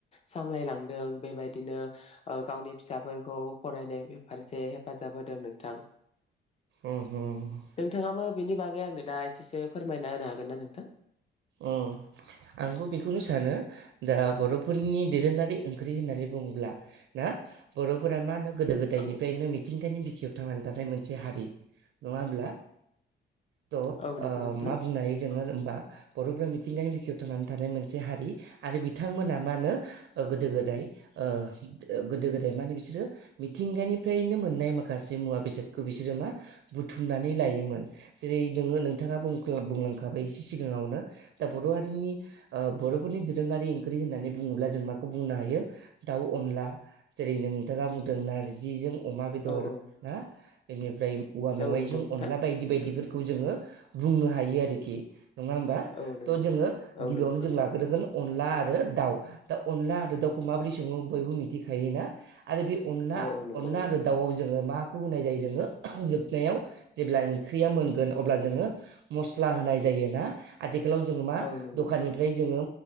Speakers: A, on the left; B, on the right.
A: सामलायलांदों बेबायदिनो ओ गावनि फिसाफोरखौ फरायनाय फारसे हेफाजाब होदों नोंथां
B: उम उम
A: नोंथाङाबो बेनि बागै आंनो दा एसेसो फोरमायना होनो हागोन ना नोंथां?
B: ओम आंबो बेखौनो सानो दा बर'फोरनि दोरोङारि ओंख्रि होननानै बुङोब्ला ना बर'फोरा मा होनो गोदो गोदायनिफ्रायनो
A: औ
B: मिथिंगानि बिखायाव थानानै नाथाय मोनसे हारि नङा होमब्ला थ
A: औ नंगौ
B: ओ
A: नोंथां
B: मा बुंनो हायो जोङो होमबा बर'फ्रा मिथिंगानि बिखायाव थांनानै थानाय मोनसे हारि आरो बिथांमोना मा होनो ओ गोदो गोदाय ओ गोदो गोदाय मा होनो बिसोरो मिथिंगानिफ्रायनो मोननाय माखासे मुवा बेसादखौ बिसोरो मा बुथुमनानै लायोमोन। जेरै नोङो नोंथाङा बुं बुंलांखाबाय एसे सिगाङावनो दा बर' हारिनि ओ बर' फोरनि दोरोङारि ओंख्रि होननानै बुङोब्ला जों माखौ बुंनो हायो। दाउ अनला जेरै नोंथाङा बुंदों नार्जिजों अमा बेदर
A: औ औ
B: ना बेनिफ्राय औवा मेवाइजों
A: औ नंगौ नोंथां
B: अनला बायदि बायदिफोरखौ खौ जोङो बुंनो हायो आरोखि नङा होमबा। ट
A: औ नंगौ
B: जोङो
A: औ
B: गिबियावनो
A: नंगौ नोंथां
B: जों लाग्रोगोन अनला आरो दाउ दा अनला आरो दाउखौ माबोरै सङो बयबो मिथिखायोना आरो बे अनला
A: औ औ नंगौ
B: अनला
A: नोंथां
B: आरो दाउआव जोङो मा खौ होनाय जायो जोङो जोबनायाव जेब्ला ओंख्रिया मोनगोन अब्ला जोङो मस्ला होनाय जायो ना? आगोलाव जोङो मा
A: औ नंगौ
B: दखाननिफ्राय जोङो